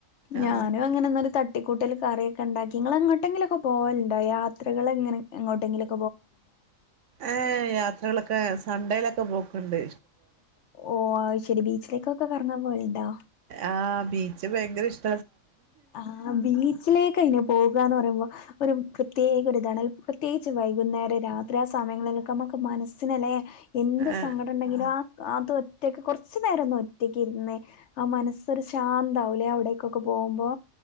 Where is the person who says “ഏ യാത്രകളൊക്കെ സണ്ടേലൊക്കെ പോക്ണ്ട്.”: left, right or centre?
Right